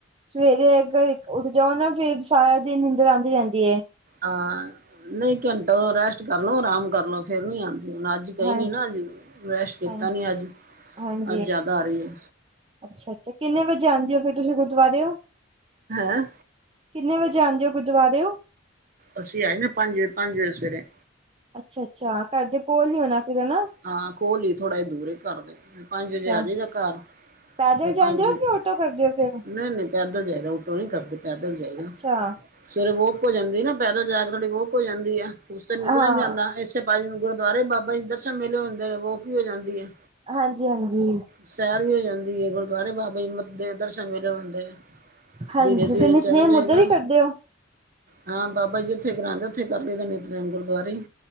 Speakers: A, on the right; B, on the right.
A: ਸਵੇਰੇ ਇਕ ਘੜੀ ਅਗਰ ਉੱਠ ਜਾਓ ਨਾ ਫੇਰ ਸਾਰਾ ਦਿਨ ਨੀਂਦਰ ਆਂਦੀ ਰਹਿੰਦੀ ਏ।
B: ਹਾਂ। ਨਹੀਂ ਘੰਟਾ ਰੈਸਟ ਕਰ ਲਓ, ਆਰਾਮ ਕਰ ਲਓ ਫਿਰ ਨੀ ਆਂਦੀ, ਹੁਣ ਅੱਜ ਗਈ
A: ਹਾਂ
B: ਨੀ ਨਾ ਅੱਜ ਰੈਸਟ ਕੀਤਾ
A: ਹਾਂ
B: ਨੀ ਅੱਜ।
A: ਹਾਂਜੀ।
B: ਅੱਬ ਜ਼ਿਆਦਾ ਆ ਰਹੀ ਏ।
A: ਅੱਛਾ- ਅੱਛਾ ਕਿੰਨੇ ਵਜੇ ਆਉਂਦੇ ਹੋ ਫੇਰ ਤੁਸੀਂ ਗੁਰਦਵਾਰੇੳ।
B: ਹੈਂ
A: ਕਿੰਨੇ ਵਜੇ ਆਉਦੇ ਹੋ ਗੁਰਦੁਆਰੇਓ?
B: ਅਸੀਂ ਆ ਜਾਨੇ ਆ ਪੰਜ ਵਜੇ-ਪੰਜ ਵਜੇ ਸਵੇਰੇ।
A: ਅੱਛਾ- ਅੱਛਾ ਘਰ ਦੇ ਕੋਲ ਈ ਹੋਨਾ ਫੇਰ ਹੈਨਾ।
B: ਹਾਂ ਕੋੋਲ ਈ ਏ ਥੋੜਾ ਹੀ ਦੂਰ ਏ ਘਰਦੇ ਪੰਜ
A: ਅੱਛਾ
B: ਵਜੇ ਆ ਜਾਈਦਾ ਘਰ।
A: ਪੈਦਲ
B: ਫਿਰ
A: ਜਾਂਦੇ
B: ਪੰਜ
A: ਹੋ ਕਿ ਔਟੋ ਕਰਦੇ ਹੋ ਫੇਰ?
B: ਨਹੀਂ ਨਹੀਂ ਪੈਦਲ ਜਾਏਦਾ ਓਟੋ ਨਹੀਂ ਕਰਦੇ ਪੈਦਲ ਜਾਏਦਾ।
A: ਅੱਛਾ
B: ਸਵੇਰੇ ਵੋਕ ਹੋ ਜਾਂਦੀ ਏ ਨਾ, ਪੈਦਲ ਜਾ ਕੇ ਥੋੜੀ ਵੋਕ ਹੋ ਜਾਂਦੀ ਆ, ਉਸ ਤੇ ਨਿਕਲਿਆ
A: ਹਾਂ
B: ਨੀ ਜਾਂਦਾ। ਇਸੇ ਪੱਜ ਗੁਰਦੁਆਰੇ ਬਾਬਾ ਜੀ ਦਰਸ਼ਨ ਮੇਲੇ ਹੋਂਦੇ ਨੇ ਵੋਕ ਵੀ ਹੋ ਜਾਂਦੀ ਏ।
A: ਹਾਂਜੀ- ਹਾਂਜੀ।
B: ਸੈਰ ਵੀ ਹੋ ਜਾਂਦੀ ਏ ਗੁਰਦੁਆਰੇ ਬਾਬਾ ਜੀ ਦੇ ਦਰਸ਼ਨ ਮੇਲੇ ਹੁੰਦੇ ਨੇ।
A: ਹਾਂਜੀ
B: ਧੀਰੇ-ਧੀਰੇ
A: ਫਿਰ ਨਿਤਨੇਮ
B: ਚਲੇ ਜਾਇਦਾ।
A: ਉੱਧਰ ਹੀ ਕਰਦੇ ਹੋ
B: ਹਾਂ ਬਾਬਾ ਜੀ ਉੱਥੇ ਕਰਾਉਂਦੇ ਉੱਥੇ ਹੀ ਕਰ ਲਇਦੈ ਨਿਤ-ਨੇਮ ਗੁਰਦੁਆਰੇ ਹੀ।